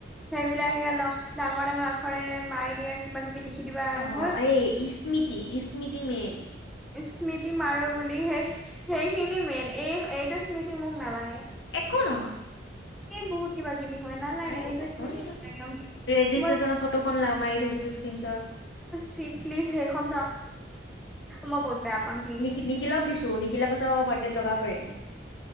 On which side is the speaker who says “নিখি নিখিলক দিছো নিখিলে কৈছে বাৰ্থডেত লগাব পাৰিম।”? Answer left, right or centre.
Left